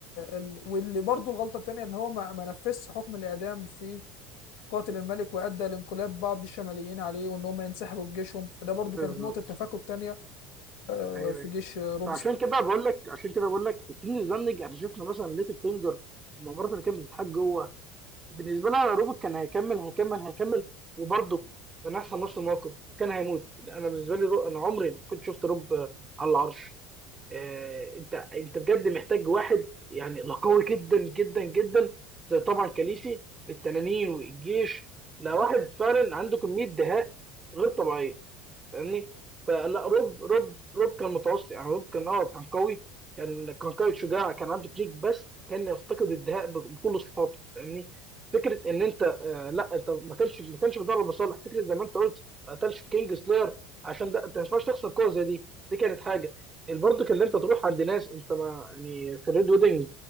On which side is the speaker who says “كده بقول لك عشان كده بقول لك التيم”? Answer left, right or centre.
Right